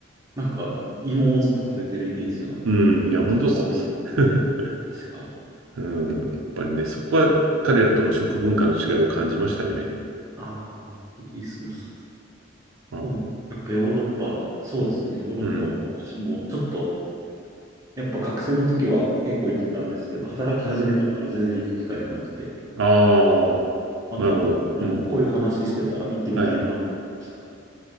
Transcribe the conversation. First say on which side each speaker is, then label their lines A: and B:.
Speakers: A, on the right; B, on the right.
A: なんか、芋をずっと食べてるイメージが。
B: うん。いや、
A: ことが多いですよね。
B: 本当す、<laughs>
A: 確か。
B: うん。やっぱりね、そこは彼らとの食文化の違いを感じましたよね。
A: ああ、イギリスの。<laughs>
B: はい。
A: もう、やっぱヨーロッパ、そうですね。ヨーロッパも、
B: うん。
A: 私もちょっと、やっぱ学生の時は結構行ってたんですけど、働き始めてから全然行く機会がなくて、
B: ああー、
A: また、
B: なるほど。
A: あのこういう話してたら行ってみたいなと思いました。
B: うん。はい。